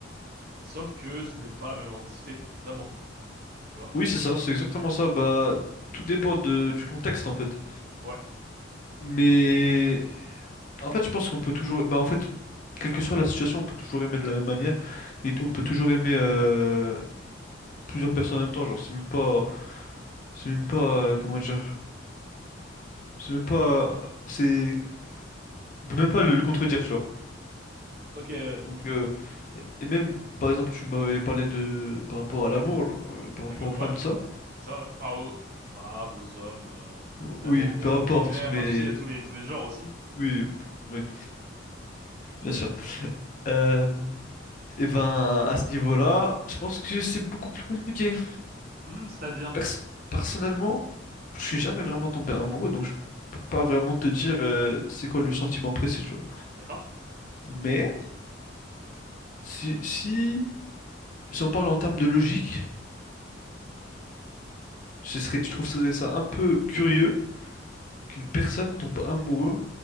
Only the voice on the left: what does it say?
Oui, c'est ça, c'est exactement ça. Bah, tout dépend de... du contexte en fait.
Mais en fait, je pense qu'on peut toujours. Bah, en fait, quelle que soit la situation, on peut toujours aimer de la même manière et on peut toujours aimer euh, plusieurs personnes en même temps. Genre, c'est même pas. C'est même pas. euh, Comment dire? C'est même pas. C'est. On peut même pas le, le contredire, tu vois.
Donc, euh, et et même. Par exemple, tu m'avais parlé de par rapport à l'amour, genre, euh, par
rapport aux femmes,
de ça.
Oui,
peu importe,
mais
Oui, oui, bien sûr. Euh, et ben, à ce niveau-là, je pense que c'est beaucoup plus compliqué.
Pers- personnellement, je suis
jamais vraiment tombé amoureux, donc je peux pas vraiment te dire euh, c'est quoi le sentiment précis, tu vois.
Mais si, si, si on parle en termes de logique, ce serait, je trouve ça ça un peu curieux qu'une personne tombe amoureux